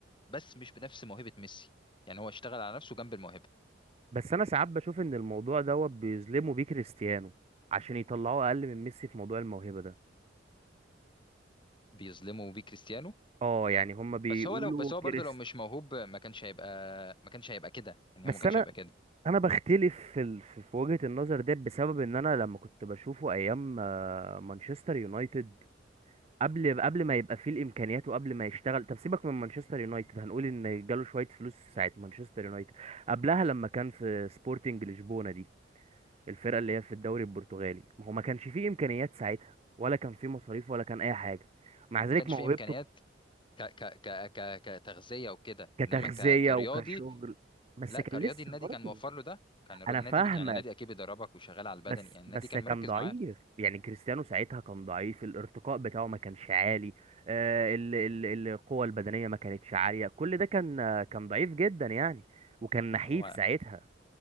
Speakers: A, on the left; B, on the right.
A: بس مش بنفس موهبه ميسي يعني هو اشتغل على نفسه جنب الموهبه
B: بس انا ساعات بشوف ان الموضوع دوت بيظلموا بيه كريستيانو عشان يطلعوه اقل من ميسي في موضوع الموهبه ده
A: بيظلمه بيه كريستيانو
B: اه يعني هما بيقولوا
A: بس هو لو بس هو برضو
B: كريست
A: لو مش موهوب ما كانش هيبقى ما كانش هيبقى كده يعني
B: بس
A: هو ما كانش
B: انا
A: هيبقى كده
B: انا بختلف في ال... في في وجهه النظر ده بسبب ان انا لما كنت بشوفه ايام آه، مانشستر يونايتد قبل قبل ما يبقى فيه الامكانيات وقبل ما يشتغل طب سيبك من مانشستر يونايتد هنقول ان جاله شويه فلوس ساعه مانشستر يونايتد قبلها لما كان في سبورتنج لشبونه دي الفرقه اللي هي في الدوري البرتغالي ما هو ما كانش فيه امكانيات ساعتها ولا كان فيه مصاريف ولا كان اي حاجه مع ذلك
A: ما كانش
B: موهبته
A: فيه امكانيات ك ك ك ك- كتغذيه وكده
B: كتغذيه
A: انما ك كرياضي
B: وكشغل بس
A: لا
B: كان
A: كرياضي
B: لسه
A: النادي
B: برضه
A: كان موفر له ده كان الر-
B: انا
A: النادي
B: فاهمك
A: بي- يعني النادي اكيد بيدربك وشغال على البدني
B: بس
A: يعني النادي
B: بس
A: كان
B: كان
A: مركز
B: ضعيف
A: معاه
B: يعني كريستيانو ساعتها كان ضعيف الارتقاء بتاعه ما كانش عالي آه، ال- ال- القوه البدنيه ما كانتش عاليه كل ده كان آه، كان ضعيف جدا يعني وكان نحيف
A: ما هو
B: ساعتها